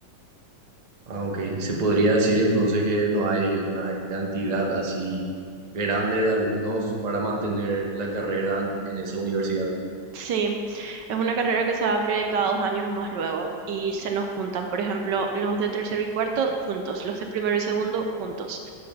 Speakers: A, on the right; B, on the right.
A: Ah, ok. Se podría decir entonces que no hay una cantidad así grande de alumnos para mantener la carrera en en esa universidad.
B: Sí, es una carrera que se abre cada dos años nomás luego y se nos juntan, por ejemplo, los de tercero y cuarto juntos, los de primero y segundo juntos.